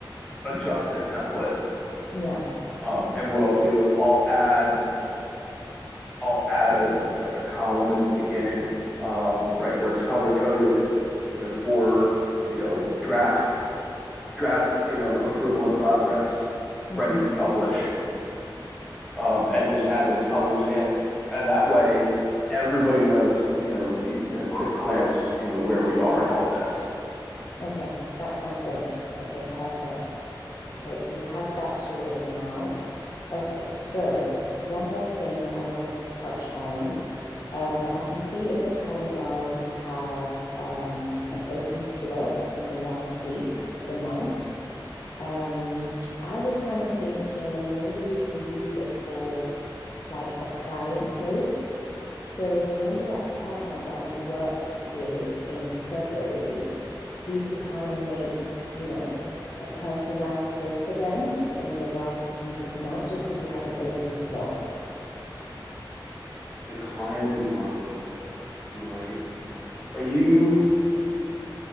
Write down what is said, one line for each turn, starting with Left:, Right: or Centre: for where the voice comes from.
Centre: adjust the template.
Left: Yeah.
Centre: Um, and what I'll do is I'll add I'll add a like a column at the beginning, um, right where it's color coded, you know, for, you know, draft, draft, you know, approval and progress,
Left: hmm
Centre: ready for publish, um, and just add those colors in. And that way everybody knows, you know, you in a quick glance, you know, where we are in all this.
Left: Okay, that sounds great. Okay, perfect. Okay, so we have that sorted now. Okay, so one more thing I wanted to touch on. Um, I can see in the calendar we have um an open slot in the last week of the month. Um, I was kind of thinking maybe we can use it for like a client post. So remember that partner that we worked with in February? we could kind of make, you know, a personalized post for them in the last week of the month just because we have an open slot.
Centre: The client we worked with in February. Are you,